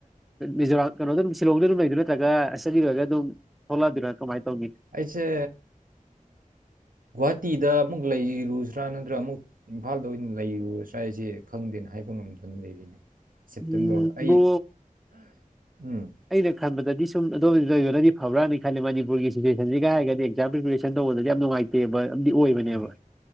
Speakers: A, in the centre; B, on the right (about 80°).
A: ꯃꯤꯖꯣꯔꯥꯝ ꯀꯩꯅꯣꯗ ꯑꯗꯨꯝ ꯁꯤꯂꯣꯡꯗ ꯑꯗꯨꯝ ꯂꯩꯗ ꯅꯠꯇ꯭ꯔꯒ ꯏꯁꯇꯗꯤ ꯂꯣꯏꯔꯒ ꯑꯗꯨꯝ ꯊꯣꯛꯂꯗꯧꯔꯥ ꯀꯃꯥꯏ ꯇꯧꯅꯤ꯫
B: ꯑꯩꯁꯦ ꯒꯨꯍꯥꯇꯤꯗ ꯑꯃꯨꯛ ꯂꯩꯔꯨꯁꯤ꯭ꯔꯥ ꯅꯠꯇ꯭ꯔꯒ ꯑꯃꯨꯛ ꯏꯝꯐꯥꯜꯗ ꯑꯣꯏꯅ ꯂꯩꯔꯨꯔ ꯁ꯭ꯋꯥꯏꯁꯦ ꯈꯪꯗꯦꯅ ꯍꯥꯏꯕ ꯉꯝꯗꯅ ꯂꯩꯔꯤꯅꯦ ꯁꯤꯞꯇꯦꯝꯕ꯭ꯔꯣ
A: ꯎꯝ
B: ꯑꯩ
A: ꯕ꯭ꯔꯣ
B: ꯎꯝ
A: ꯑꯩꯅ ꯈꯟꯕꯗꯗꯤ ꯁꯨꯝ ꯑꯗꯝꯣꯏꯕꯅꯗꯤ ꯐꯕ꯭ꯔꯥꯅ ꯑꯩꯅ ꯈꯥꯟꯕꯗꯗꯤ ꯁꯨꯝ ꯑꯗꯣ ꯃꯅꯤꯄꯨꯔꯒꯤ ꯁꯤꯆꯨꯋꯦꯁꯟꯁꯤꯒꯔꯗꯤ ꯑꯦꯛꯖꯥꯝ ꯄ꯭ꯔꯤꯄꯦꯁꯟ ꯇꯧꯕꯗꯗꯤ ꯌꯥꯝ ꯅꯨꯡꯉꯥꯏ ꯇꯦꯕ ꯑꯃꯗꯤ ꯑꯣꯏꯕꯅꯦꯕ꯫
B: ꯎꯝ